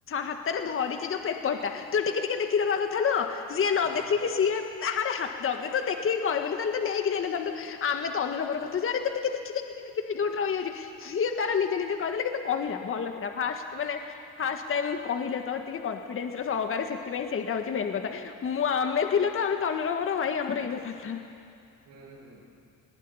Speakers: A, on the left; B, on the right.
A: ହାତରେ ଧରିଛି ଯୋଉ ପେପର ଟା ତୁ ଟିକେ ଟିକେ ଦେଖିଦବା ଦେଖିଦବା କଥା ନୁହଁ, ସିଏ ନ
B: ହଁ
A: ଦେଖିକି
B: ହଁ
A: ସିଏ ବାହାରେ ଦେଖ କହିବନି ତା ମାନେ ତୁ ନେଇକି ଯାଇନଥାନ୍ତୁ, ଆମେ ତନୁ ର ମୋର କଥା ହଉଛୁ, ଆରେ ତୁ ଟିକେ ଦେଖିଦେ, ଟିକେ ଦେଖିଦେ, ଯୋଉଠି ରହିଯାଉଛୁ। ସିଏ ତାର ନିଜେ ନିଜେ କହିଦେଲେ କିନ୍ତୁ କହିଲା ଭଲ ଥିଲା ଫାଷ୍ଟ ମାନେ ଫାଷ୍ଟ ଟାଇମ୍ କହିଲେ ତ ଟିକେ କନଫିଡେନ୍ସ ର ସହକାରେ ସେଥିପାଇଁ ସେଇଟା ହଉଛି ମେନ୍ କଥା ମୁଁ ଆମେ ଥିଲେ ତ ଆମେ ତନୁର ମୋର ଭାଇ ଆମର ହେଇନଥାନ୍ତା
B: ହୁଁ ହୁଁ